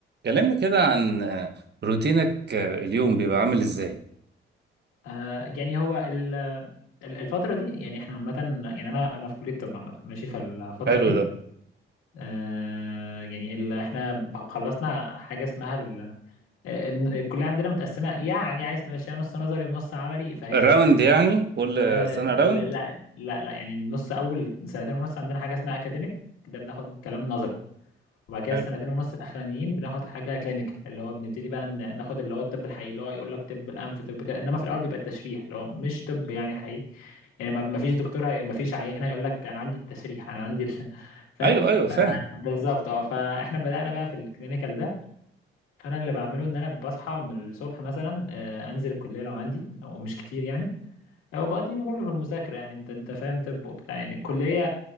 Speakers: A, on the right; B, on the left.
A: كلمني كده عن آه، روتينك آه، اليوم بيبقى عامل ازاي
B: آه يعني هو ال- ال- الفترة دي يعني احنا عامة يعني انا انا في كلية طب عامة ماشي فالفترة
A: حلو
B: دي
A: ده
B: آه يعني ال- احنا خلصنا حاجة اسمها ال- ال- الكلية عندنا متقسمة يعني عايز تمشيها نص نظري ونص عملي فهي
A: راوند
B: كده يعني
A: يعني كل آه،
B: آه
A: سنة
B: لا
A: راوند
B: لا لا لا يعني النص اول سنتين ونص عندنا حاجة اسمها اكاديميك ده بناخد كلام نظري وبعد كده
A: حلو
B: السنتين ونص الاخرانيين بناخد حاجه كلينيكال اللي هو بنبتدي بقى ن- ناخد اللي هو الطب الحقيقي اللي هو يقول لك طب الانف طب كده انما في الاول بيبقى التشريح اللي هو مش طب يعني حقيقي يعني ما ما فيش دكتور هي... ما فيش عيان هيقول لك انا عندي التشريح انا عندي ال... <laughs> فاهم
A: ايوه ايوه فاهم
B: ف- بالظبط اه فاحنا بدأنا بقى في الكلينيكال ده فانا اللي بعمله ان انا بصحى من الصبح مثلا آه، انزل الكليه لو عندي ومش كتير يعني هو بقى دي كله في المذاكرة يعني انت انت فاهم طب وبتاع يعني الكلية